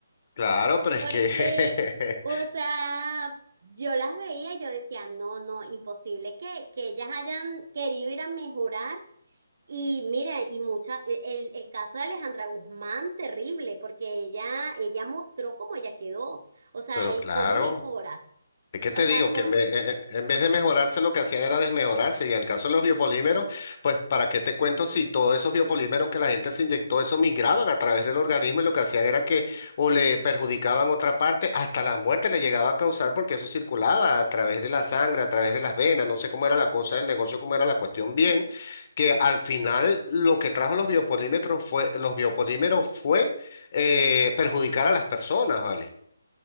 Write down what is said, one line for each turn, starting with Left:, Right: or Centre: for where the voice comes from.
Left: Claro, pero es
Right: Porque,
Left: que, <laughs>
Right: o sea, yo las veía y yo decía, no, no, imposible que, que ellas hayan querido ir a mejorar. Y mire, y mucha, e, el, el caso de Alejandra Guzmán, terrible, porque ella, ella mostró cómo ella quedó, o sea,
Left: pero
Right: y
Left: claro.
Right: cómo mejoras.
Left: Es que
Right: O
Left: te
Right: sea,
Left: digo
Right: con,
Left: que en vez, eh, eh, en vez de mejorarse, lo que hacían era desmejorarse. Y en el caso de los biopolímeros, pues, ¿para qué te cuento si todos esos biopolímeros que la gente se inyectó, eso migraban a través del organismo y lo que hacían era que o le perjudicaban otra parte, hasta las muertes le llegaba a causar porque eso circulaba a través de la sangre, a través de las venas. No sé cómo era la cosa del negocio, cómo era la cuestión bien, que al final lo que trajo los biopolímeros fue, los biopolímeros fue eh, perjudicar a las personas, ¿vale?